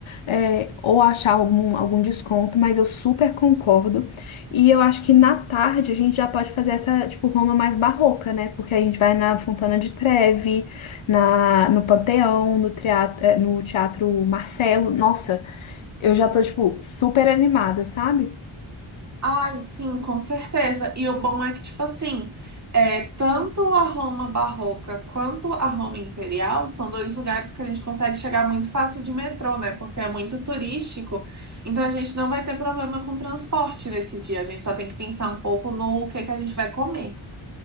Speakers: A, on the left; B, on the right.
A: é, ou achar algum, algum desconto, mas eu super concordo. E eu acho que na tarde a gente já pode fazer essa, tipo, Roma mais barroca, né? Porque a gente vai na Fontana de Trevi, na, no Panteão, no teatro, no Teatro Marcelo. Nossa, eu já tô, tipo, super animada, sabe?
B: Ai, sim, com certeza. E o bom é que, tipo assim, é, tanto a Roma barroca quanto a Roma imperial são dois lugares que a gente consegue chegar muito fácil de metrô, né? Porque é muito turístico. Então a gente não vai ter problema com transporte nesse dia. A gente só tem que pensar um pouco no que que a gente vai comer.